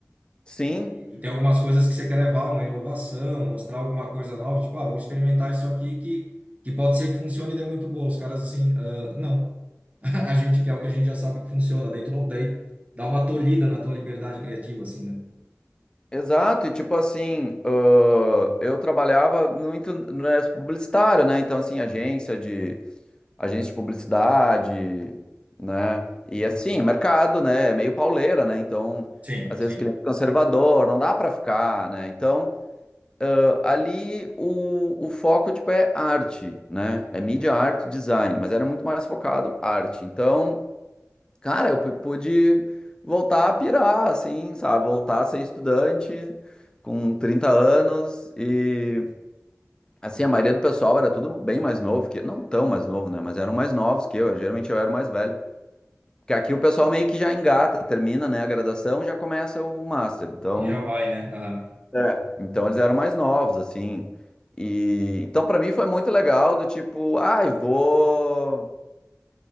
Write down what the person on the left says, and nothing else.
sim.
Exato, e tipo assim, ãh, eu trabalhava muito no publicitário, né? Então, assim, agência de, agência de publicidade, né? E assim, mercado, né? É meio pauleira, né? Então,
às
vezes, cliente é conservador, não dá para ficar, né? Então, a- ali o, o foco, tipo, é arte, né? É mídia, arte, design, mas era muito mais focado arte. Então, cara, eu pu- pude voltar a pirar, assim, sabe? Voltar a ser estudante com 30 anos e... Assim, a maioria do pessoal era tudo bem mais novo que eu, não tão mais novo, né? Mas eram mais novos que eu. Geralmente eu era o mais velho. Porque aqui o pessoal meio que já engata, termina, né, a graduação e já começa o master. Então,
É. então eles eram mais novos, assim. E então para mim foi muito legal do tipo, ai, vou